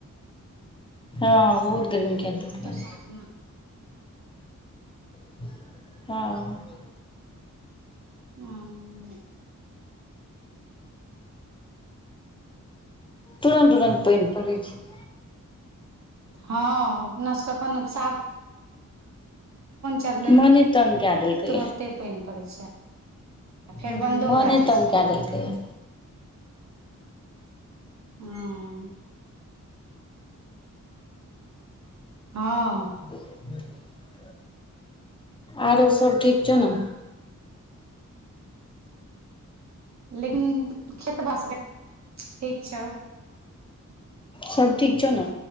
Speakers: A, on the left; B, on the right.
A: हँ बहुत गर्मी के देलकै ये
B: सांझमे
A: हँ
B: <inaudible>
A: तुरन्त तुरन्त पानि पड़ै छै
B: हँ अपना सबके एखन आब सा चढ़ले
A: मने तंग कै देलकै
B: तुरते पानि पड़ै छै फेर
A: हुँ
B: बन्दो
A: मोने
B: भए जाइ
A: तंग
B: छै
A: कए देलकै ये
B: हँ हँ
A: <inaudible> आरो सब ठीक छौ न।
B: लेकिन खेत बासके ठीक छौ
A: सबब ठीक छौ ने